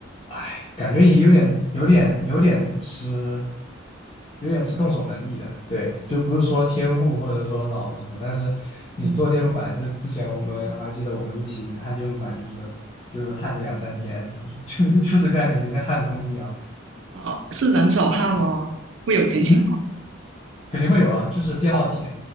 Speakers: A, on the left; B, on the right.
A: 哎，感觉也有点、有点、有点吃、有点吃动手能力的，对，就不是说天赋或者说脑子什么，但是你做电路板，
B: 嗯，
A: 就之前我们我还记得我们一起焊电路板，就是就是焊个两三天，就是 <laughs> 就是干感觉跟焊工一样，
B: 啊，是人手汗哦，会有机器
A: 嗯，肯定会有啊，就是电烙铁，
B: 哦，